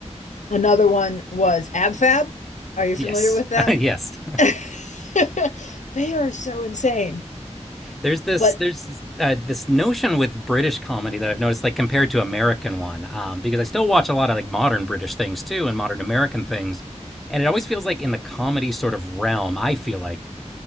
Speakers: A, on the left; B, in the centre.
A: another one was Ab Fab. Are you
B: yes
A: familiar with that?
B: <laughs> yes
A: <laughs> They are so insane.
B: There's this
A: But
B: there's this, uh, this notion with British comedy that I've noticed, like compared to American one, um, because I still watch a lot of like modern British things too and modern American things, and it always feels like in the comedy sort of realm, I feel like